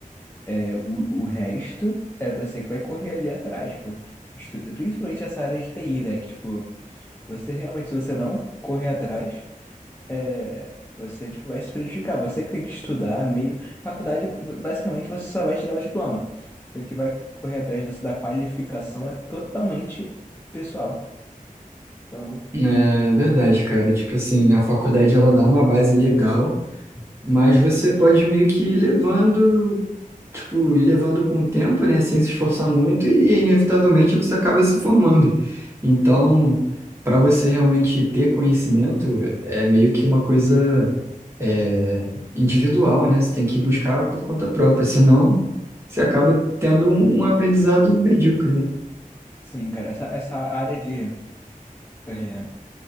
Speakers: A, on the left; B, on the right.
A: é, o, o resto é você que vai correr ali atrás, pô. Estuda, principalmente essa área de TI, né? Que, tipo, você realmente, se você não correr atrás, é, você tipo, vai se prejudicar. Você que tem que estudar meio. Faculdade, basicamente, você só vai te dar o diploma. Que o que vai correr atrás dessa- da qualificação é totalmente pessoal. Então,
B: É verdade, cara. Tipo assim, a faculdade ela dá uma base legal, mas você pode meio que ir levando, tipo, ir levando com o tempo, né? Sem se esforçar muito e inevitavelmente você acaba se formando. Então, para você realmente ter conhecimento, é meio que uma coisa é, individual, né? Você tem que buscar por conta própria, senão você acaba tendo um, um aprendizado medíocre, né?
A: sim, cara, essa, essa área de. é,